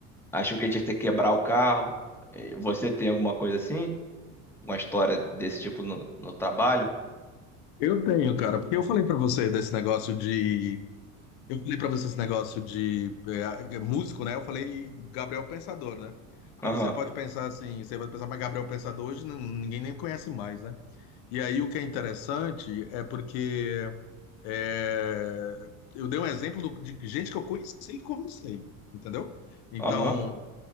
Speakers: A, in the centre; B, on the left.
A: achou que a gente ia ter que quebrar o carro. Eh, Você tem alguma coisa assim? Uma história desse tipo no, no trabalho?
B: eu tenho, cara, porque eu falei pra você desse negócio de Eu falei pra você esse negócio de é, é, músico, né? Eu falei Gabriel Pensador, né? Aí
A: Aham,
B: você pode pensar assim, você vai pensar, mas Gabriel Pensador hoje não- ninguém nem conhece mais, né? E aí o que é interessante é porque é, eu dei um exemplo do- de gente que eu conheci e conversei, entendeu? Então,
A: aham,